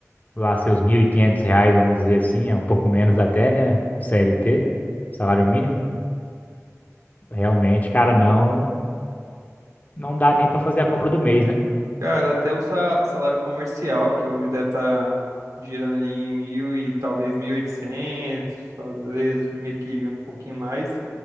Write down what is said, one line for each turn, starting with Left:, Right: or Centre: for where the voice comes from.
Left: lá seus 1.500 reais, vamos dizer assim, é um pouco menos até, né? CLT, salário mínimo, realmente, cara, não não dá nem para fazer a compra do mês, né?
Right: Cara, até o sa- salário comercial, que hoje deve estar girando ali em mil e talvez 1.800, às vezes meio que um pouquinho mais.